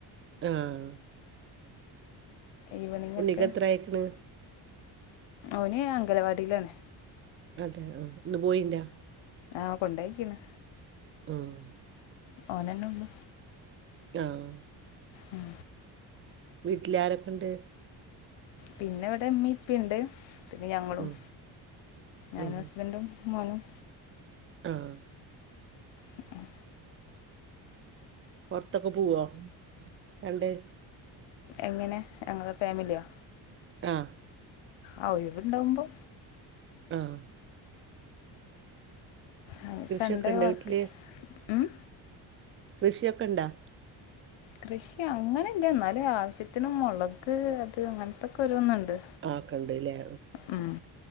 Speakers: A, on the right; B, on the left.
A: ആഹ്
B: ഈവനിംങ്ങൊക്കെ.
A: ഉണ്ണിക്ക് എത്ര ആയിക്കണ്
B: ഓൻ അംഗലവാടിയിലാണ്.
A: അതെ ആഹ് ഇന്ന് പോയിണ്ടാ
B: ആഹ് കൊണ്ടോയിക്കിണ്.
A: ഉം
B: ഓനെന്നെ ഒള്ളൂ
A: ആഹ്
B: ഉം
A: വീട്ടിലാരൊക്കെണ്ട്?
B: പിന്നെ ഇവെടെ ഉമ്മീം ഇപ്പയും ഇണ്ട് പിന്നെ ഞങ്ങളും.
A: ഉം
B: ഞാനും
A: ഉം
B: ഹസ്ബൻഡും മോനും.
A: ആഹ്
B: ഉം ഉം
A: പൊറത്തൊക്കെ പോവോ രണ്ട്പേരും
B: എങ്ങനെ ഞങ്ങളെ ഫാമിലിയാ
A: ആഹ്
B: ആ ഒയിവ് ഇണ്ടാവുമ്പോ.
A: ആഹ്
B: ആഹ്,
A: കൃഷിയൊക്കെ
B: സൺഡേ
A: ഇണ്ടോ
B: വർക്ക്.
A: വീട്ടില്
B: ഉം
A: കൃഷിയൊക്കെണ്ടാ?
B: കൃഷിയങ്ങനെയില്ല. എന്നാലും ആവശ്യത്തിന് മൊളക് അത് അങ്ങനെത്തെക്കെ ഒരോന്നൊണ്ട്.
A: ആ അതൊക്കെണ്ടില്ലേ.
B: ഉം.